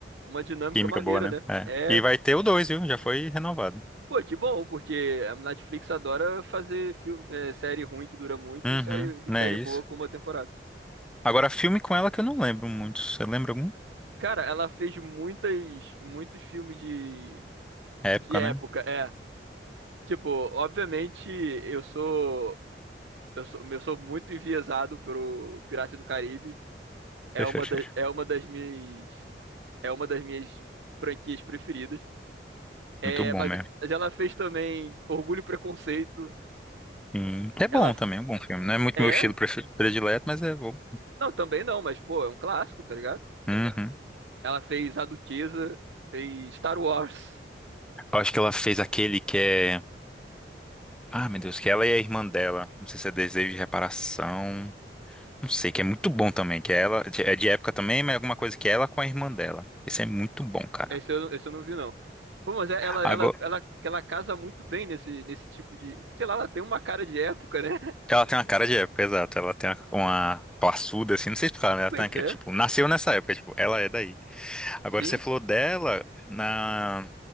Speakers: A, on the right (about 85°); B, in the centre.
A: uma dinâmica
B: Química
A: maneira,
B: boa, né?
A: né?
B: É.
A: É.
B: E vai ter o dois, viu? Já foi renovado.
A: Pô, que bom, porque a Netflix adora fazer filme, é, série ruim que dura muito
B: Uhum,
A: e série, e
B: né?
A: série
B: Isso.
A: boa com uma temporada.
B: Agora, filme com ela que eu não lembro muito. Você lembra algum?
A: Cara, ela fez muitas, muitos filmes de,
B: Época,
A: de época,
B: né?
A: é. Tipo, obviamente eu sou, eu sou, eu sou muito enviesado pelo Pirata do Caribe. É
B: <laughs>
A: uma da, é uma das minhas, é uma das minhas franquias preferidas. É,
B: Muito bom
A: mas,
B: mesmo.
A: mas ela fez também Orgulho e Preconceito.
B: Sim. É bom
A: Ela
B: também, é um bom filme. Não é muito
A: é,
B: meu estilo prefe- predileto, mas é bom.
A: não, também não, mas pô, é um clássico, tá ligado?
B: Uhum.
A: Ela fez A Duquesa, fez Star Wars.
B: Eu acho que ela fez aquele que é. Ah, meu Deus, que ela e a irmã dela. Não sei se é Desejo de Reparação. Não sei, que é muito bom também, que é ela é de época também, mas é alguma coisa que é ela com a irmã dela. Esse é muito bom, cara.
A: Esse eu, esse eu não vi, não. Pô, mas é- ela,
B: Agora,
A: ela, ela, ela casa muito bem nesse, nesse tipo de. Sei lá, ela tem uma cara de época, né? <laughs>
B: ela tem uma cara de época, exato. Ela tem uma, uma passuda, assim, não sei explicar, né? Ela
A: Pois
B: tem, que,
A: é,
B: é, tipo, nasceu nessa época, tipo, ela é daí. Agora,
A: sim.
B: você falou dela na...